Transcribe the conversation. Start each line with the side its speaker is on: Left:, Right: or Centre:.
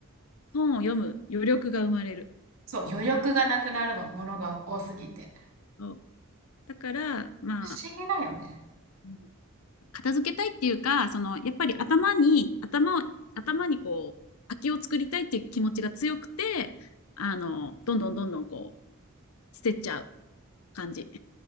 Left: 本を読む余力が生まれる。
Right: そう、余力がなくなるの、ものが多すぎて。
Left: そうだから、まあ、
Right: 不思議だよね。
Left: うん片付けたいっていうか、その、やっぱり頭に、頭を、頭にこう、空きを作りたいっていう気持ちが強くて、あの、どんどんどんどんこう、捨てちゃう。感じ。